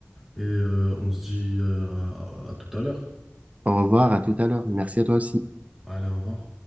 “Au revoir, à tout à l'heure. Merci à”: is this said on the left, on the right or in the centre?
Right